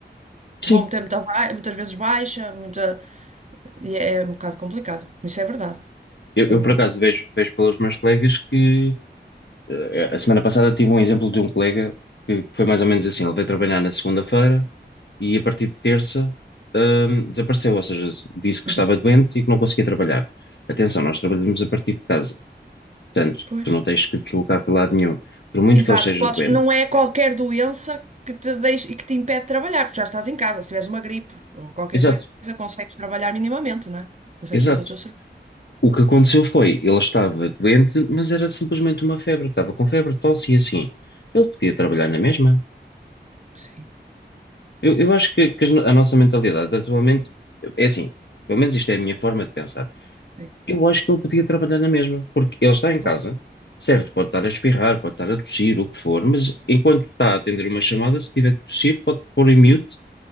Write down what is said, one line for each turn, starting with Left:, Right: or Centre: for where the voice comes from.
Left: Sim,
Right: Vão meter muita ba- muitas vezes baixa, muita... e é é um bocado complicado. Isso é verdade.
Left: eu,
Right: Isso
Left: eu,
Right: é verdade.
Left: por acaso vejo, vejo pelos meus colegas que eh, a semana passada tive um exemplo de um colega que, que foi mais ou menos assim, ele veio trabalhar na segunda-feira e a partir de terça, ahm, desapareceu, ou seja, disse que
Right: Uhum.
Left: estava doente e que não conseguia trabalhar. Atenção, nós trabalhamos a partir de casa, portanto,
Right: Pois.
Left: tu não tens que te deslocar para lado nenhum, por muito
Right: Exato.
Left: que ele esteja
Right: Podes...
Left: doente.
Right: Não é qualquer doença que te deixe... e que te impede de trabalhar, porque já estás em casa. Se tiveres uma gripe ou qualquer
Left: Exato.
Right: coisa, consegues trabalhar minimamente, não é? Consegues
Left: Exato.
Right: fazer o teu serviço.
Left: O que aconteceu foi, ele estava doente, mas era simplesmente uma febre. Estava com febre, tosse e assim. Ele podia trabalhar na mesma.
Right: Sim,
Left: Eu, eu acho que, que as no- a nossa mentalidade atualmente é assim. Pelo menos isto é a minha forma de pensar.
Right: sim.
Left: Eu acho que ele podia trabalhar na mesma, porque ele está em
Right: Claro,
Left: casa, certo? Pode estar a espirrar, pode estar a tossir, o que for, mas enquanto está a atender uma chamada, se tiver que tossir, pode pôr em mute,